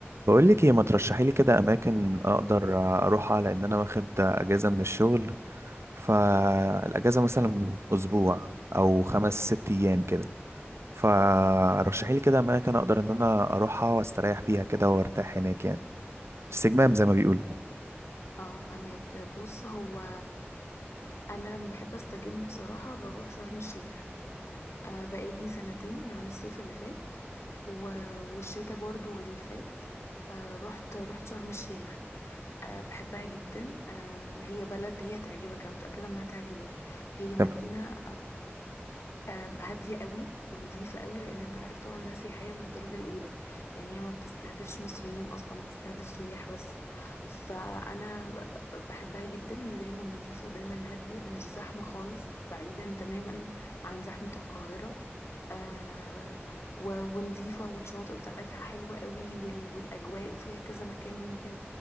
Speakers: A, on the right; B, on the left.
A: بقول لك ايه ما ترشحي لي كده اماكن اقدر اروحها لان انا واخد اجازه من الشغل فالاجازه مثلا اسبوع او خمس ست ايام كده فرشحي لي كده اماكن اقدر ان انا اروحها واستريح فيها كده وارتاح هناك يعني استجمام زي ما بيقولوا
B: اه فهماك بص هو انا لما بحب استجم بصراحة بروح شرم الشيخ آه بقالي سنتين يعني الصيف اللي فات و- والشتاء برضو اللي فات آه رحت رحت شرم الشيخ آه بحبها جدا آه هي بلد هي هتعجبك انا متأكدة انها هتعجبك هي مدينة
A: طب
B: آم، هادية قوي ونظيفة قوي لأن أنت عارف طبعا ناس سياحية من الدرجة الأولى يعني هي ما بتستهدفش مصريين أصلا بتستهدف سياح بس فأنا ب- ب- بحبها جدا هي دايما نظيفة ودايما هادية مش زحمة خالص بعيدا تماما عن زحمة القاهرة آه و- ونضيفة والشواطئ بتاعتها حلوة قوي وال- والأجواء وفيها كذا مكان ممكن